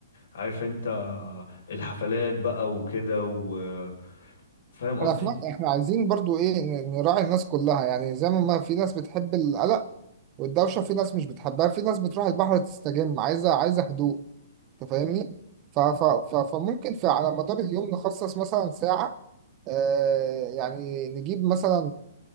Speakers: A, on the left (about 65°); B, on the right (about 25°).
A: عارف انت آه، الحفلات بقى وكده وفاهم قصدي
B: احنا في ن- احنا عايزين برضو ايه ن- نراعي الناس كلها يعني زي ما ما في ناس بتحب القلق والدوشة في ناس مش بتحبها في ناس بتروح البحر تستجم عايزة عايزة هدوء انت فاهمني ف- ف- ف- فممكن في على مدار اليوم نخصص مثلا ساعة آه، يعني نجيب مثلا